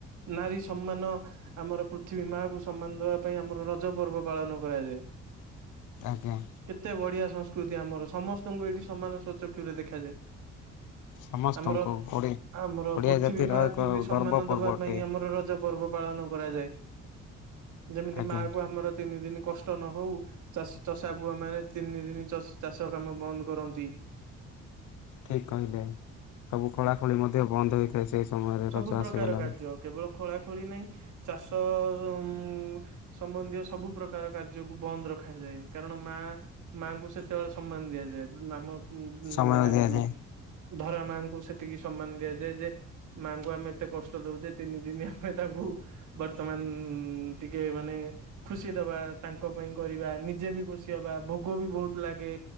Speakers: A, on the right; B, on the left.
A: ନାରୀ ସମ୍ମାନ ଆମର ପୃଥିବୀ ମା କୁ ସମ୍ମାନ ଦବା ପାଇଁ ଆମର ରଜ ପର୍ବ ପାଳନ କରାଯାଏ।
B: ଆଜ୍ଞା।
A: କେତେ ବଢ଼ିଆ ସଂସ୍କୃତି ଆମର ସମସ୍ତଙ୍କୁ ଏଇଠି ସମାନ ସଚକ୍ଷୁ ରେ ଦେଖାଯାଏ।
B: ସମସ୍ତଙ୍କୁ
A: ଆମର
B: ଓଡି
A: ଆମର
B: ଓଡିଆ
A: ପୃଥିବୀ
B: ଜାତିର
A: ମା
B: ଏକ
A: କୁ ବି ସମ୍ମାନ
B: ଗର୍ବ
A: ଦବା
B: ପର୍ବ ଅଟେ
A: ପାଇଁ ଆମର ରଜ ପର୍ବ ପାଳନ କରାଯାଏ। ଯେମିତି
B: ଆଜ୍ଞା।
A: ମା କୁ ଆମର ତିନି ଦିନ କଷ୍ଟ ନ ହଉ ଚାଷ ଚଷା ପୁଅ ମାନେ ତିନି ଦିନ ଚାଷ କାମ ବନ୍ଦ କରନ୍ତି।
B: ଠିକ୍ କହିଲେ ସବୁ ଖୋଳାଖୋଳି ମଧ୍ୟ ବନ୍ଦ ହୋଇଥାଏ ସେହି ସମୟରେ
A: ସବୁ
B: ରଜ
A: ପ୍ରକାର
B: ଆସିଗଲା
A: କାର୍ଯ୍ୟ କେବଳ ଖୋଳା ଖୋଳି ନାଇଁ ଚାଷ ହୁଁ ସମ୍ବନ୍ଧୀୟ ସବୁ ପ୍ରକାର କାର୍ଯ୍ୟକୁ ବନ୍ଦ ରଖା ଖାଯାଏ କାରଣ ମା ମାଆଙ୍କୁ ସେତେବେଳେ ସମ୍ମାନ ଦିଆଯାଏ <unintelligible> ନାମ ଉଁ ଉଁ
B: ସମୟ
A: ମାନେ
B: ଦିଆଯାଏ।
A: ଉଁ ଧରା ମାଙ୍କୁ ସେତିକି ସମ୍ମାନ ଦିଆଯାଏ ଯେ ମାଙ୍କୁ ଆମେ ଏତେ କଷ୍ଟ ଦଉଚେ ତିନି ଦିନି ଆମେ ତାଙ୍କୁ ବର୍ତ୍ତମାନ ଟିକେ ମାନେ ଖୁସି ଦବା ତାଙ୍କ ପାଇଁ କରିବା। ନିଜେ ବି ଖୁସି ହବା ଭୋଗ ବି ବୋହୁତ ଲାଗେ।